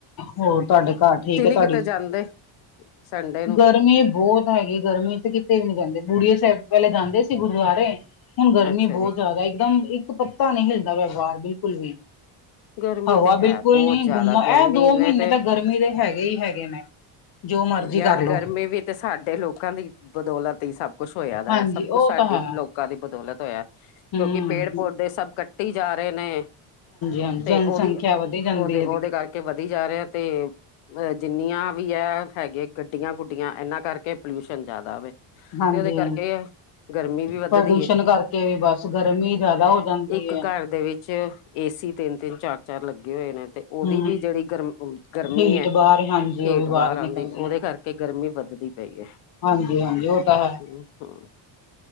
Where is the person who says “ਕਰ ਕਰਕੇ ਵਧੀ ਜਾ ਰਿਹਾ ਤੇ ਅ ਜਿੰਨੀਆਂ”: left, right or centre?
Left